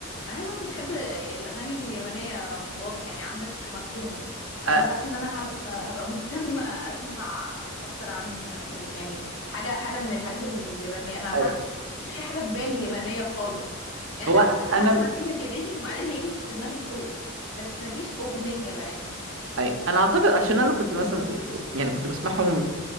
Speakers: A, on the left; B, on the right.
A: انا حاسه انت بتحب ال- الاغاني اليابانيه من الواضح يعني عندك مخزون فانا
B: آه،
A: حاسه ان انا هبقى هبقى مهتمه اسمع اكتر عن من يعني حاجه حاجه من الحاجات اليابانيه انا ح...
B: آه.
A: مفيش اي حاجه في بالي يابانيه خالص يعني
B: هو
A: انا هسمع
B: انا
A: كلمه ياباني وبعدين هيجي في دماغي صوت بس مفيش اغنيه بعدها
B: ايوه انا اعتقد عشان انا كنت مثلا يعني كنت بسمعهم